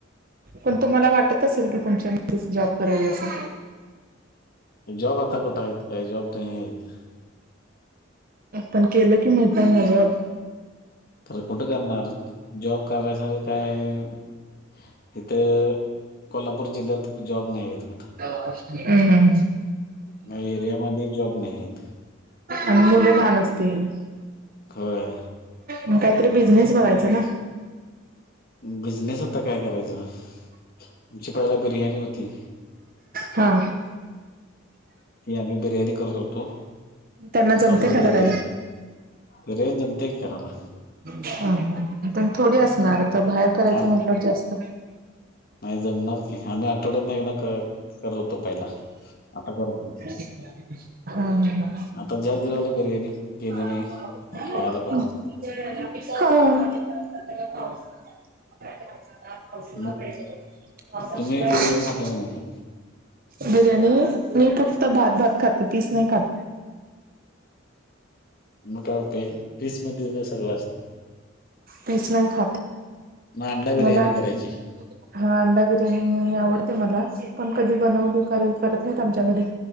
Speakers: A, on the right; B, on the left.
A: पण तुम्हाला वाटत असेल की तुमच्या मीसेज जॉब करावी असं.
B: जॉब आता कुठे आहेत काय जॉब नाही आहेत.
A: पण केलं की मिळतात ना जॉब.
B: तर कुठे करणार जॉब करण्यासाठी काय आहे इथे कोल्हापूर जिल्ह्यात जॉब नाही आहेत कुठं.
A: हम्म हम्म हम्म.
B: नाय एरियामध्ये जॉब नाही आहेत.
A: आणि मुलं लहान असतील.
B: होय.
A: म काहीतरी बिझनेस बघायचा ना.
B: बिझनेस आता काय करायचं आमची पहिला बिर्याणी होती.
A: हा.
B: आम्ही बिर्याणी करत होतो
A: त्यांना
B: आता
A: जमते
B: बंद
A: का करायला?
B: केले. बिर्याणी जमतंय करायला.
A: हा हा पण थोडी असणार. आता बाहेर करायचं
B: आ
A: म्हटल्यावर जास्त
B: नाही जमणार की आम्ही आठवड्यात ना वाकं करत होतो पहिला आता करत नाहीस.
A: <inaudible> हा
B: आता ज्या ज्या वेळी बिर्याणी केल
A: हा
B: नाही खायला पण नाही
A: हा <inaudible>
B: मग तुम्ही बिर्याणी खाता का नाही
A: बिर्याणी मी फक्त भात भात खाते पीस नाही खात
B: मग काय उपयोग पीस मध्ये तर सगळं असते
A: पीस नाही खात
B: मला अंडा बिर्याणी
A: मला
B: करायची
A: हा अंडा बिर्याणी आवडते मला पण कधी बनवल करत नाहीत आमच्या घरी